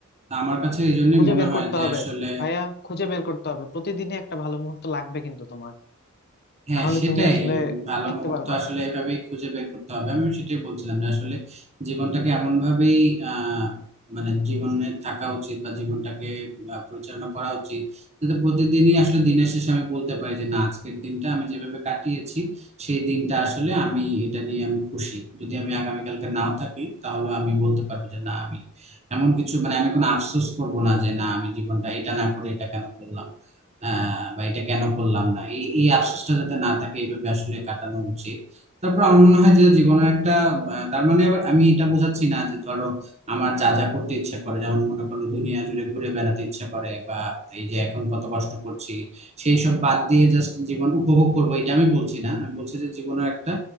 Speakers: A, on the right (about 30°); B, on the left (about 50°).
A: তা আমার কাছে এই জন্যই
B: খুঁজে
A: মনে
B: বের
A: হয়
B: করতে
A: যে
B: হবে
A: আসলে
B: ভাইয়া খুঁজে বের করতে হবে প্রতিদিনই একটা ভালো মুহূর্ত লাগবে কিন্তু তোমার
A: হ্যাঁ
B: না হলে
A: সেটাই
B: তুমি আসলে
A: ভালো
B: টিকতে
A: মুহূর্ত
B: পারবে
A: আসলে
B: না
A: এভাবেই খুঁজে বের করতে হবে আমি সেটাই বলছিলাম যে আসলে জীবনটাকে এমন ভাবেই আহ মানে জীবনে থাকা উচিত বা জীবনটাকে আহ, পরিচালনা করা উচিত যাতে প্রতিদিনই আসলে দিনের শেষে আমি বলতে পারি যে না আজকের দিনটা আমি যেভাবে কাটিয়েছি সেই দিনটা আসলে আমি এটা নিয়ে আমি খুশি যদি আমি আগামীকালকে নাও থাকি তাহলে আমি বলতে পারবো যে না আমি এমন কিছু মানে আমি কোনো আফসোস করবো না যে না আমি জীবনটা এটা না করে এটা কেন করলাম আহ বা এটা কেন করলাম না এই এই আফসোসটা যাতে না থাকে এইভাবে আসলে কাটানো উচিত তারপর আমার মনে হয় যে জীবনের একটা আহ, তার মানে আবার আমি এটা বোঝাচ্ছি না যে ধরো আমার যা যা করতে ইচ্ছা করে যেমন মনে করো দুনিয়া জুড়ে ঘুরে বেড়াতে ইচ্ছা করে বা এই যে এখন কত কষ্ট করছি সেই সব বাদ দিয়ে জাস্ট জীবন উপভোগ করবো এটা আমি বলছি না আমি বলছি যে জীবনের একটা